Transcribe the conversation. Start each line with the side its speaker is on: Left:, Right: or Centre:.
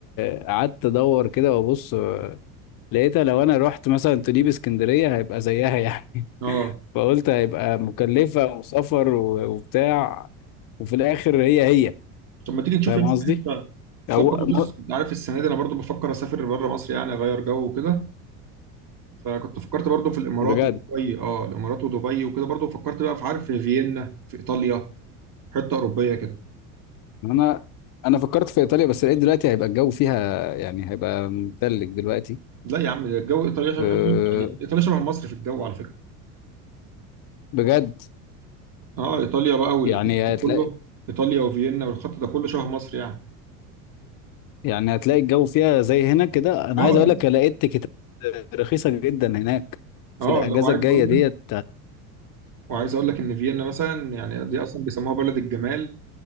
Left: آه، قعدت ادور كده وابص لقيتها لو انا رحت مثلا تجيب اسكندرية هيبقى زيها يعني
Right: اه
Left: <laughs> فقلت هيبقى مكلفة وسفر و- وبتاع وفي الاخر هي هي
Right: طب ما تيجي نشوف
Left: فاهم
Right: يا اسطى
Left: قصدي
Right: حته
Left: او
Right: طب برضه بص
Left: م-
Right: انت عارف السنه دي انا برضه بفكر اسافر بره مصر يعني اغير جو وكده فكنت فكرت برضه في الامارات
Left: بجد
Right: ودبي اه الامارات ودبي وكده برضه فكرت بقى في عارف في فيينا في ايطاليا حته اوروبيه كده
Left: انا انا فكرت في ايطاليا بس لقيت دلوقتي هيبقى الجو فيها يعني هيبقى متلج دلوقتي
Right: لا يا عم ده الجو ايطاليا شبه
Left: أه،
Right: يعني ايطاليا شبه مصر في الجو على فكره
Left: بجد
Right: اه ايطاليا بقى والخط
Left: يعني
Right: ده
Left: هتلاقي
Right: كله ايطاليا وفيينا والخط ده كله شبه مصر يعني
Left: يعني هتلاقي الجو فيها زي هنا كده انا
Right: اه
Left: عايز اقول لك لقيت تيكتات رخيصة جدا هناك في
Right: اه
Left: الاجازة
Right: لو عايز
Left: الجاية
Right: اقول
Left: ديت
Right: لك
Left: بتاعت-
Right: وعايز اقول لك ان فيينا مثلا يعني دي اصلا بيسموها بلد الجمال